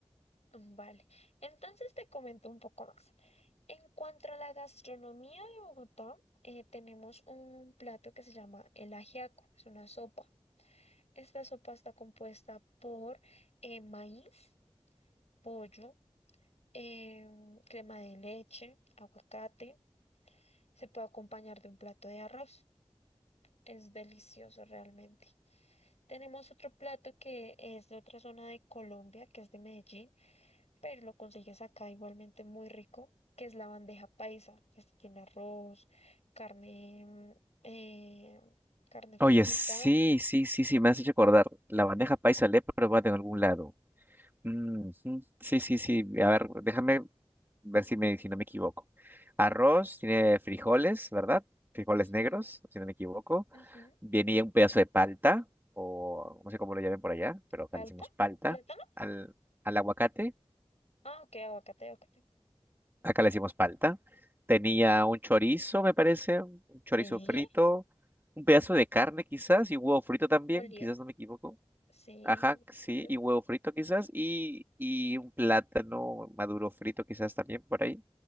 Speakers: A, on the left (about 85°); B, on the right (about 20°).
A: Mm, Vale, entonces te comento un poco más. En cuanto a la gastronomía de Bogotá, eh, tenemos un plato que se llama el ajiaco, es una sopa. Esta sopa está compuesta por eh, maíz, pollo, em, crema de leche, aguacate. Se puede acompañar de un plato de arroz. Es delicioso realmente. Tenemos otro plato que es de otra zona de Colombia, que es de Medellín, pero lo consigues acá igualmente muy rico, que es la bandeja paisa. Este tiene arroz, carne, mm, eh, carne frita,
B: Oye, sí, sí, sí, sí, me has hecho acordar. La bandeja paisa le he probado en algún lado. Mm, ujú. Sí, sí, sí. A ver, déjame ver si, me, si no me equivoco. Arroz, tiene frijoles, ¿verdad? Frijoles
A: ujú,
B: negros, si no me equivoco.
A: ujú,
B: Venía un pedazo de palta, o no sé cómo lo llamen por allá, pero acá
A: palta,
B: le decimos palta.
A: plátano.
B: Al, al aguacate,
A: Ah, ok, aguacate, aguacate.
B: acá le decimos palta. Tenía
A: Ok.
B: un chorizo, me parece, un chorizo
A: Sí,
B: frito, un pedazo de carne quizás, y huevo frito también,
A: molida.
B: quizás no me equivoco.
A: Sí,
B: Ajá,
A: un poquito.
B: sí, y huevo frito quizás, y, y un plátano maduro frito quizás también por ahí.